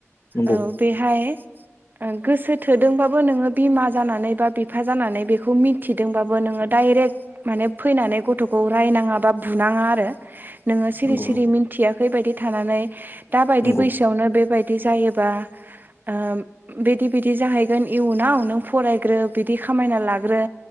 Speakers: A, on the left (about 55°); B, on the right (about 40°).
A: नंगौ
B: औ बेहाय ओ गोसो थोदोंबाबो नोङो बिमा जानानै बा बिफा जानानै बेखौ मिथिदोंबाबो नोङो डाइरेक्ट माने फैनानै गथखौ रायनाङा बा बुनाङा आरो नोङो सिरि
A: नंगौ
B: सिरि
A: नंगौ
B: मिथियाखै बायदि थानानै दा बायदि
A: नंगौ
B: बैसोआवनो बेबाय बि जायोबा उम बेदि बेदि जाहैगोन इयुनाव नों फरायग्रानि बिदि खा खामायना लाग्रो